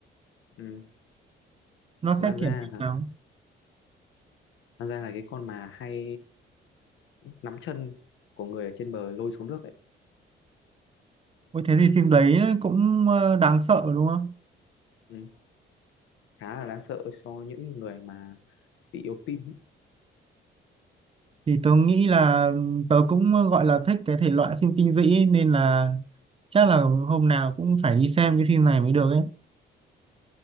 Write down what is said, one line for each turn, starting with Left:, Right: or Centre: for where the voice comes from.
Left: ừ.
Right: nó
Left: ma
Right: sẽ kiểu
Left: da
Right: như
Left: là
Right: nào?
Left: ma da là cái con mà hay nắm chân của người ở trên bờ lôi xuống nước ấy
Right: Ôi thế thì phim đấy cũng ờ, đáng sợ đúng không?
Left: ừ. khá là đáng sợ cho những người mà bị yếu tim ấy.
Right: Thì tớ nghĩ là tớ cũng ờ, gọi là thích cái thể loại phim kinh dị nên là chắc là hôm nào cũng phải đi xem cái phim này mới được ấy.